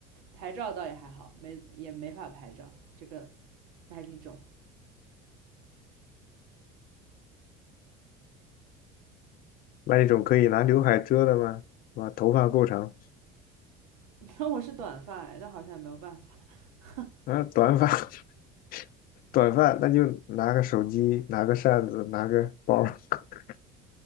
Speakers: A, on the right (about 90°); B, on the left (about 50°).
A: 拍照倒也还好，没也没法拍照这个麦粒肿。
B: 那一种可以拿刘海遮的吗？啊，头发够长
A: <laughs> 那我是短发哎那好像也没有办法。<laughs>
B: 啊，短发。<laughs> 短发那就拿个手机，拿个扇子，拿个包儿 <laughs>